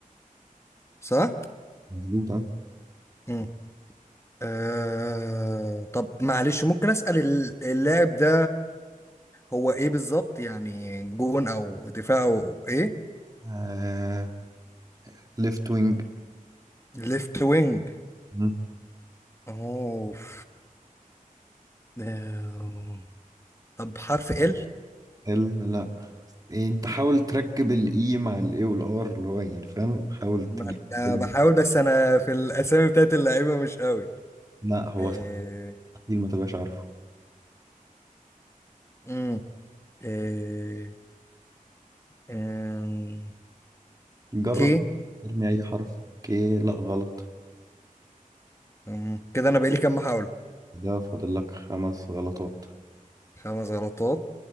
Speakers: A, on the left; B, on the right.
A: صح؟
B: مظبوط اه
A: مم. آه... طب معلش ممكن أسأل ال- اللاعب ده هو ايه بالظبط يعني جون او دفاع او ايه؟
B: آه، ليفت وينج
A: ليفت وينج
B: مم.
A: اوف آه، طب حرف ال
B: ال لا إيه، انت حاول تركب الاي مع الاي والار اللي هو يعني فاهم حاول تجيب
A: ما انا
B: كلمة.
A: بحاول بس انا في الاسامي بتاعت اللعيبه مش قوي
B: لا هو
A: آه...
B: مستحيل ما تبقاش عارفه
A: مم. آه... آه...
B: جرب
A: كي
B: ارمي اي حرف اوكي لا غلط
A: مم. كده انا بقالي كام محاولة
B: ده فاضل لك خمس غلطات
A: خمس غلطات